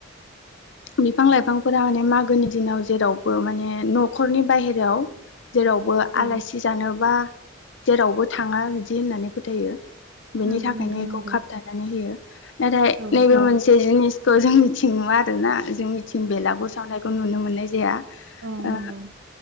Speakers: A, on the left; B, on the right.
A: बिफां लाइफांफोरा माने मागोनि दिनाव जेरावबो माने न'खरनि बाहेरायाव जेरावबो
B: औ
A: आलासि जानोबा जेरावबो थाङा बिदि होननानै फोथायो बेनि
B: नंगौ
A: थाखायनो
B: नोंथां
A: बेखौ
B: नंगौ
A: खाबथानानै होयो नाथाय
B: औ
A: नैबे मोनसे जिनिस खौ जोंनिथिं नुवा आरोना जोंनिथिं बेलागुर सावनायखौ नुनो मोननाय जाया
B: अ
A: ओ
B: नंगौ